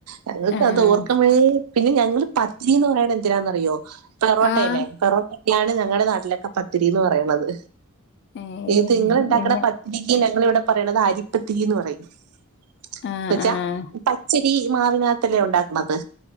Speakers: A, on the right (about 80°); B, on the left (about 50°).
A: ഞങ്ങൾക്ക്
B: ആഹ്
A: അത് ഓർക്കുമ്പോഴേ പിന്നെ ഞങ്ങള് പത്തിന്ന് പറയണ പത്തിരന്ന്റിയോ പെറോട്ടയല്ലെ
B: ആഹ്
A: പെറോട്ടക്കെയാണ് ഞങ്ങളുടെ നാട്ടിലൊക്കെ പത്തിരി എന്ന് പറയണത്
B: ഏഹ്
A: ഇത് നിങ്ങുണ്ടാക്കണ
B: പിന്നെ
A: പത്രികയും ഞങ്ങൾ ഇവിടെ പറയണത് അരിപ്പത്ത്രീന്ന് പറയയും എന്ന
B: ആഹ്
A: വെച്ചാ
B: ആഹ്
A: പച്ചരി മാവിനകത്തല്ലേ ഉണ്ടാക്കണത്